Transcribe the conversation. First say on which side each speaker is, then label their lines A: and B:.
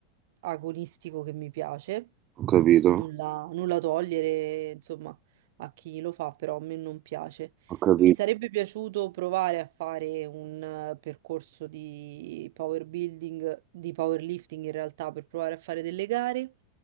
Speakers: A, on the right; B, on the right.
A: agonistico che mi piace,
B: ho capito,
A: nulla, nulla togliere, insomma, a chi lo fa, però a me non piace.
B: ho capito.
A: Mi sarebbe piaciuto provare a fare un eh, percorso di power building, di powerlifting in realtà, per provare a fare delle gare,